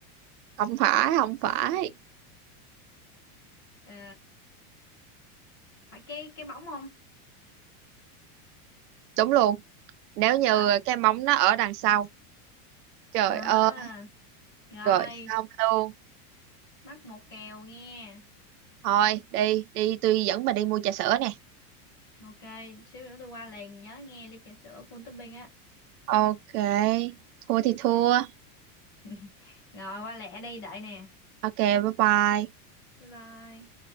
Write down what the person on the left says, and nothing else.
Ờ, phải cái cái bóng không
à,
à
Rồi,
mắc một kèo nghe.
Ok, xíu nữa tôi qua liền, nhớ nghe ly trà sữa full topping á.
<laughs> Rồi, qua lẹ đi, đợi nè.
Bye bye.